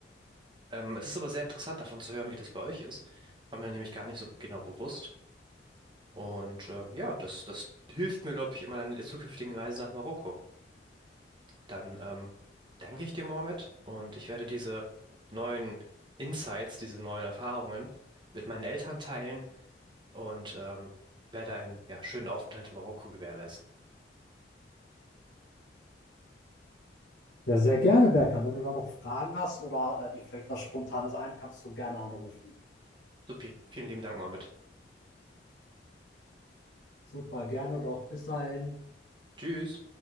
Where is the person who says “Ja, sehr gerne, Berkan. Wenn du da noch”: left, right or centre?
Left